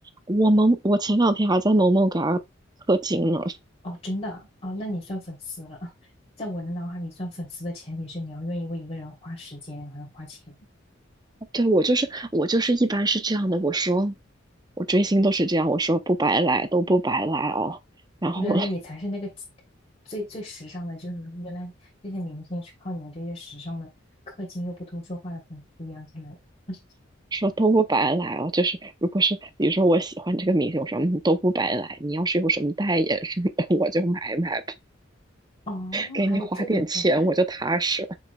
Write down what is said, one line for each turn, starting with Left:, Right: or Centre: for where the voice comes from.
Right: 我们，我前两天还在萌萌给他氪金呢。
Left: 哦，真的啊，哦那你算粉丝了。<laughs> 在我的脑海里，算粉丝的前提是你要愿意为一个人花时间，还要花钱。
Right: 对，我就是我就是一般是这样的，我说我追星都是这样，我说不白来都不白来哦，然后
Left: 原来你才是那个最最时尚的，就是原来这些明星是靠你们这些时尚的、氪金又不多说话的粉丝养起来的。<laughs>
Right: 说都不白来哦，就是如果是比如说我喜欢这个明星，我说嗯都不白来，你要是有什么代言什么的，我就买买吧，
Left: 哦，
Right: 给你花点钱我就踏实了。
Left: 还有这种说